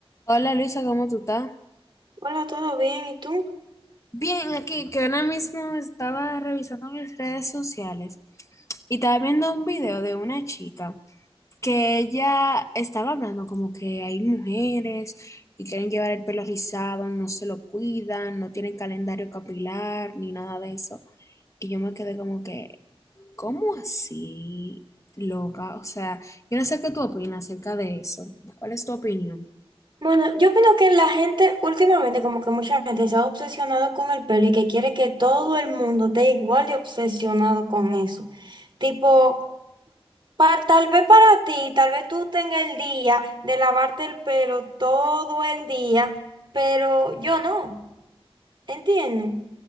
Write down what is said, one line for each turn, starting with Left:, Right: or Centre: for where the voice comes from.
Left: Hola Luisa, ¿cómo tú estás?
Right: Hola, ¿todo bien? ¿Y tú?
Left: Bien, aquí que ahora mismo estaba revisando mis redes sociales y estaba viendo un video de una chica que ella estaba hablando como que hay mujeres y quieren llevar el pelo rizado, no se lo cuidan, no tienen calendario capilar ni nada de eso. Y yo me quedé como que, ¿cómo así, loca? O sea, yo no sé qué tú opinas acerca de eso. ¿Cuál es tu opinión?
Right: Bueno, yo opino que la gente últimamente, como que mucha gente se ha obsesionado con el pelo y que quiere que todo el mundo esté igual de obsesionado con eso. Tipo, pa- tal vez para ti, tal vez tú tengas el día de lavarte el pelo todo el día, pero yo no, ¿entiendes?